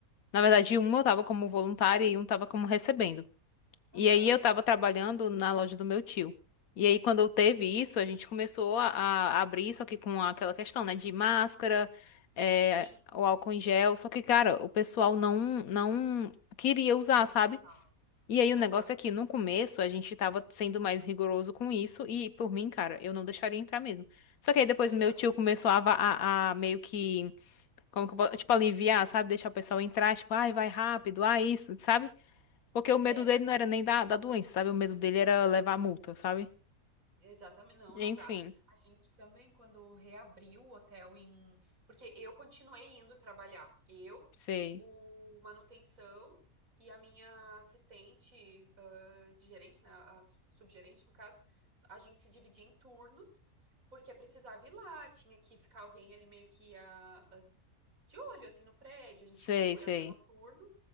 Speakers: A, on the left (about 70°); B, on the right (about 65°).
A: Na verdade, um eu estava como voluntária e um estava como recebendo.
B: Aham,
A: E aí eu estava trabalhando na loja do meu tio. E aí, quando eu teve isso, a gente começou a, a abrir, só que com aquela questão, né, de máscara, é,
B: sim,
A: o álcool em gel. Só que, cara, o pessoal não, não queria usar,
B: não respeitava.
A: sabe? E aí o
B: Aham,
A: negócio é que no começo a gente tava sendo mais rigoroso com isso e por mim, cara, eu não deixaria entrar mesmo. Só que aí depois
B: exato.
A: meu tio começou a, va- a, a meio que, como que eu posso, tipo, aliviar, sabe? Deixar o pessoal entrar, tipo, ai, vai rápido, ah, isso, sabe? Porque o medo
B: É,
A: dele não era nem da, da doença, sabe? O medo dele era levar multa, sabe?
B: Exatamente, não,
A: Enfim,
B: não dá. A gente também, quando reabriu o hotel em. Porque eu continuei indo trabalhar. Eu,
A: sei,
B: o manutenção e a minha assistente, ãh, de gerente, né? A su- subgerente, no caso, a gente se dividia em turnos, porque precisava ir lá, tinha que ficar alguém ali meio que ah, ah, de olho, assim, no prédio. A gente
A: sei,
B: tinha um segurança
A: sei.
B: noturno.